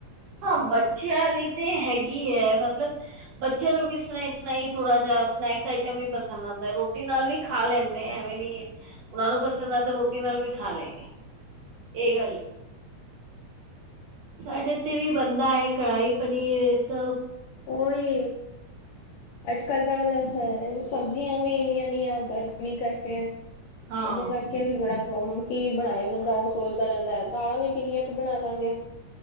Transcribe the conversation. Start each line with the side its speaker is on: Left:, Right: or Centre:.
Right: ਹਾਂ ਬੱਚਿਆਂ ਲਈ ਤੇ ਹੈਗੀ ਹੈ ਮਤਲਬ ਬੱਚਿਆਂ ਨੂੰ ਵੀ ਡੀਪ ਫਰਾਈ <unintelligible> ਨਹੀ ਥੋੜਾ ਜਿਹਾ ਸਨੈਕਸ ਆਈਟਮ ਹੀ ਪਸੰਦ ਆਉਂਦਾ ਰੋਟੀ ਨਾਲ ਵੀ ਖਾ ਲੈਂਦੇ ਐਵੇਂ ਨੀ ਹੈ ਉਹਨਾਂ ਨੂੰ ਪਸੰਦ ਆ ਤੇ ਰੋਟੀ ਨਾਲ ਵੀ ਖਾ ਲੈਗੇ ਇਹ ਗੱਲ ਏ ਸਾਡੇ ਇਥੇ ਵੀ ਬਣਦਾ ਹੈ ਕੜਾਹੀ ਪਨੀਰ ਇਹ ਸਭ
Left: ਉਹ ਹੀ ਅੱਜ ਕੱਲ ਤਾਂ ਮਤਲੱਬ ਸਬਜ਼ੀਆਂ ਵੀ ਇੰਨੀਆਂ ਨਹੀਂ ਆ ਗਰਮੀਂ ਕਰਕੇ
Right: ਹਾਂ
Left: ਉਹਦੇ ਕਰਕੇ ਇਹ ਵੀ ਬੜਾ ਪ੍ਰੋਬਲਮ ਕੀ ਬਣਾਏ ਬੰਦਾ ਉਹ ਸੋਚਦਾ ਰਹਿੰਦਾ ਹੈ ਦਾਲਾਂ ਵੀ ਕਿੰਨੀਆਂ ਕੁ ਬਣਾ ਲਾਂਗੇ